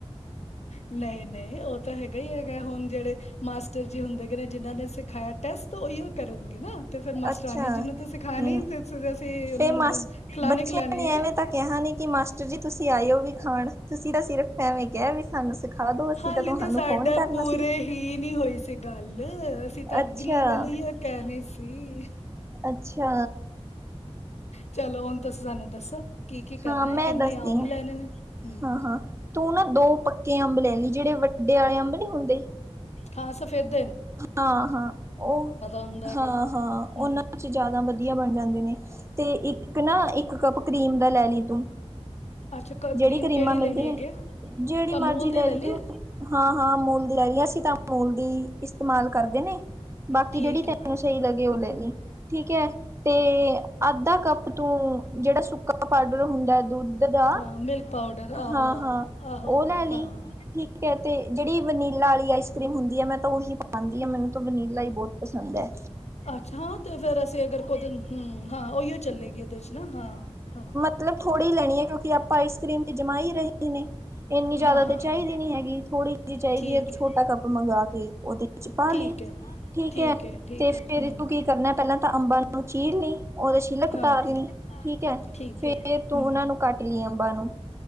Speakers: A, on the left (about 85°); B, on the right (about 25°).
A: ਨਹੀਂ ਨਹੀਂ ਉਹ ਤਾਂ ਹੈਗਾ ਹੀ ਹੈਗਾ ਹੁਨ ਜਿਹੜੇ ਮਾਸਟਰ ਜੀ ਹੁੰਦੇ ਗ ਨੇ ਜਿਨਾਂ ਨੇ ਸਿਖਾਇਆ ਟੈਸਟ ਤਾਂ ਉਹੀਓ ਕਰਨਗੇ ਨਾ। ਤੇ ਫਿਰ ਮਾਸਟਰਾਨੀ
B: ਅੱਛਾ
A: ਜਿਹਨੂੰ
B: ਹੂੰ
A: ਤਾਂ ਸਿਖਾਆਨੀ ਤੇ ਫਿਰ ਅਸੀਂ ਉਹਨਾ
B: ਫੇਰ
A: ਨੂੰ
B: ਮਾਸ
A: ਖਲਾਨੀ
B: ਬੱਚਿਆਂ
A: ਖਲਨੀ
B: ਨੇ ਐਵੇਂ ਤਾਂ ਕਿਹਾ ਨੀ ਕਿ ਮਾਸਟਰ ਜੀ ਤੁਸੀਂ ਆਇਓ ਵੀ ਖਾਣ ਤੁਸੀਂ ਤਾਂ ਸਿਰਫ ਐਵੇਂ ਕਿਆ ਵੀ ਸਾਨੂੰ ਸਿਖਾ ਦੋ ਅਸੀਂ
A: ਹਾਲੀ
B: ਤੁਹਾਨੂੰ
A: ਤਾਂ ਸਾਡਾ
B: ਫੋਨ ਕਰਨਾ
A: ਪੂਰੇ
B: ਸੀ।
A: ਹੀ ਨਹੀਂ ਹੋਈ ਸੀ ਗੱਲ ਅਸੀਂ ਤਾਂ
B: ਅੱਛਾ,
A: ਅਗਲੀ ਗੱਲ ਕਹਿਨੀ ਸੀ।
B: ਅੱਛਾ।
A: ਚਲੋ ਹੁਨ ਤੁਸੀਂ ਸਾਨੂੰ ਦੱਸੋ? ਕੀ ਕੀ ਕਰਨਾ
B: ਹਾਂ ਮੈਂ
A: ਹੈ, ਕਿੰਨੇ
B: ਦੱਸਦੀ
A: ਅੰਬ ਲੈਣੇ
B: ਆ
A: ਨੇ ਹਮ
B: ਹਾਂ ਹਾਂ ਤੂੰ ਨਾ ਦੋ ਪ ਤੇ ਅੰਬ ਲੈ ਲੀ ਜਿਹੜੇ ਵੱਡੇ ਵਾਲੇ ਅੰਬ ਨਹੀਂ ਹੁੰਦੇ
A: ਹਾਂ ਸਫੈਦ
B: ਹਾਂ ਹਾਂ ਉਹ
A: ਹੁੰਦਾ ਹੈਗਾ
B: ਹਾਂ ਹਾਂ ਉਹਨਾਂ
A: ਹਮ
B: ਚ ਜ਼ਿਆਦਾ ਵਧ ਵਧੀਆ ਬਨ ਜਾਂਦੇ ਨੇ ਤੇ ਇੱਕ ਨਾ ਇੱਕ ਕੱਪ ਕਰੀਮ ਦਾ ਲੈ ਲੀ ਤੂੰ
A: ਅੱਛਾ ਕ
B: ਜਿਹੜੀ
A: ਕਰੀਮ
B: ਕਰੀਮਾਂ
A: ਕੇੜੀ
B: ਮਿਲਦੀ
A: ਲੈਨੀਂ
B: ਨੇ
A: ਹੈਗੀ
B: ਜਿਹੜੀ ਮਰਜ਼ੀ
A: ਅਮੂਲ ਦੀ ਲੈ
B: ਲਈ
A: ਲੀਏ
B: ਤੂੰ ਹਾਂ ਹਾਂ ਅਮੂਲ ਦੀ <unintelligible> ਅਸੀਂ ਤਾਂ ਅਮੂਲ ਦੀ ਇਸਤੇਮਾਲ ਕਰਦੇ ਨੇ ਬਾਕੀ
A: ਠੀਕ
B: ਜੇੜੀ ਤੈਨੂੰ
A: ਹੈ।
B: ਸਈ ਲੱਗੇ ਓ ਲੈ ਲਈ ਠੀਕ ਏ ਤੇ ਅੱਧਾ ਕੱਪ ਤੂੰ ਜੇੜਾ ਸੁੱਕਾ ਪਾਡਰ ਹੁੰਦਾ ਦੁੱਧ ਦਾ
A: ਹਾਂ ਮਿਲਕ ਪਾਊਡਰ ਆਹੋ-ਆਹੋ-ਆਹੋ
B: ਹਾਂ-ਹਾਂ ਉਹ ਲੈ ਲਈ
A: ਹਾਂ
B: ਠੀਕ ਐ ਤੇ ਜੇੜੀ ਵਨੀਲਾ ਆਲੀ ਆਈਸ ਕਰ੍ਰੀਮ ਹੁੰਦੀ ਹੈ ਮੈਂ ਤਾਂ ਓਹੀ ਪਾਂਦੀ ਆ ਮੈਨੂੰ ਤਾਂ ਵਨੀਲਾ ਈ ਬੋਤ ਪਸੰਦ ਐ।
A: ਅੱਛਾ ਤੇ ਫੇਰ ਅਸੀਂ ਅਗਰ ਕੋ ਦਿਨ ਹੂੰ ਹਾਂ ਓਹੀਓ ਚੱਲੇਗੀ ਏਦੇ ਚ ਨਾ ਹਾਂ, ਹਾਂ।
B: ਮਤਬ ਥੋੜੀ ਲੈਨੀ ਐ ਕਿਉੰਕਿ ਆਪ ਕਰੀਮ ਤੇ ਜਮਾ ਹੀ ਰਹੇ ਨੇ। ਇੰਨੀ ਜਾਦਾ
A: ਹਾਂ
B: ਤੇ
A: ਹਾਂ
B: ਚਾਈਦੀ
A: ਹਾਂ
B: ਨੀ ਹੈਗੀ ਥੋੜੀ ਜੀ ਚਾਈਦੀ
A: ਠੀਕ
B: ਏ ਇਕ ਛੋਟਾ
A: ਹੈ।
B: ਕੱਪ ਮੰਗਾ ਤੇ ਓਦੇ ਵਿੱਚ ਪਾ
A: ਠੀਕ
B: ਲੀ
A: ਹੈ
B: ਠੀਕ ਏ
A: ਹੈ ਠੀਕ
B: ਤੇ ਫੇਰ
A: ਹੈ ਹਮ।
B: ਤੂੰ ਕੀ ਕਰਨਾ ਪਹਿਲਾਂ ਤਾਂ ਅੰਬਾ ਨੂੰ ਚੀਰ ਲੀ ਓਦਾ ਛਿਲਕ
A: ਹਾਂ
B: ਤਾਰ ਲੀ ਠੀਕ ਏ
A: ਠੀਕ
B: ਫੇਰ
A: ਹੈ
B: ਤੂੰ
A: ਹਮ
B: ਓਨਾ ਨੂੰ ਕੱਟ ਲੀ ਅੰਬਾਂ ਨੂੰ